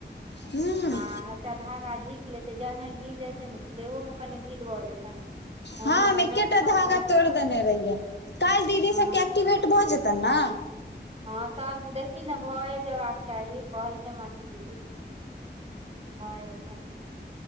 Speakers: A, on the left; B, on the right.
A: हँ
B: ह एक टा धागा झीक लेतै जहने ढील हेतै न तऽ देहो म कनि ढील भऽ जेतै ओनामे
A: हँ हम एके
B: नकसक
A: टा धागा
B: नकसक
A: तोड़ देने रहियै काइल दीदी
B: हँ
A: सबके एक्टिवेट भऽ जेतनि न
B: हँ सब देखी न भए जबाक चाही कहलकै मधु दीदी भऽ जेतै